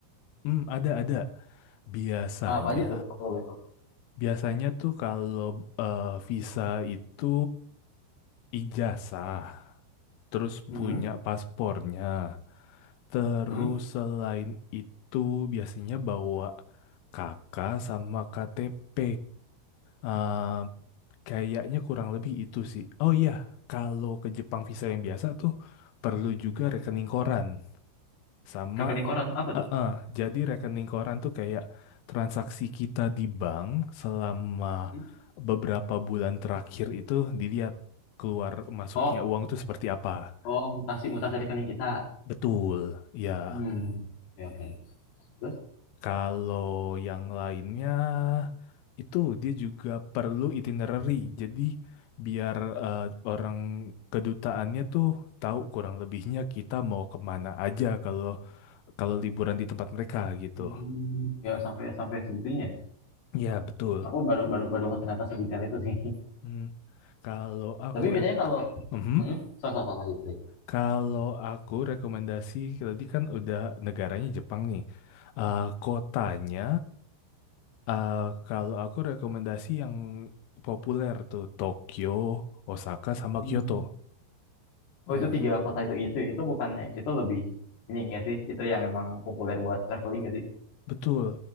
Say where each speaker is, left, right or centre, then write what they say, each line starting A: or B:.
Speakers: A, on the left; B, on the left.
A: Hmm, ada ada. Biasanya,
B: Nah, apa aja tuh kalau boleh tahu?
A: biasanya tuh kalau eh, visa itu ijazah, terus
B: Mm-hmm.
A: punya paspornya. Terus
B: Hmm.
A: selain itu biasanya bawa kakak sama KTP. Eh, kayaknya kurang lebih itu sih. Oh iya, kalau ke Jepang visa yang biasa tuh perlu juga rekening koran sama
B: Rekening koran apa tuh?
A: eh, eh, jadi rekening koran tuh kayak transaksi kita di bank selama
B: Hmm?
A: beberapa bulan terakhir itu dilihat keluar masuknya
B: Oh,
A: uang tuh seperti apa.
B: oh mutasi mutasi rekening kita.
A: Betul, ya.
B: Hmm. Ya, oke. Terus?
A: Kalau yang lainnya itu dia juga perlu itinerary. Jadi biar eh, orang kedutaannya tuh tahu kurang lebihnya kita mau kemana aja kalau kalau liburan di tempat mereka gitu.
B: Hmm, ya sampai sampai segitunya. ya?
A: Ya, betul.
B: Aku baru baru baru nggak ternyata sedetail itu sih. <laughs>
A: Hmm, Kalau aku
B: Tapi biasanya
A: rek
B: kalau
A: Mhm.
B: hmm, so, so, so, so, gitu.
A: Kalau aku rekomendasi tadi kan udah negaranya Jepang nih. Eh, kotanya Eh, kalau aku rekomendasi yang populer tuh Tokyo, Osaka sama
B: Hmm.
A: Kyoto. Nah,
B: Oh itu tiga kota itu itu itu bukannya itu lebih ini nggak sih itu yang emang populer buat traveling nggak sih?
A: betul.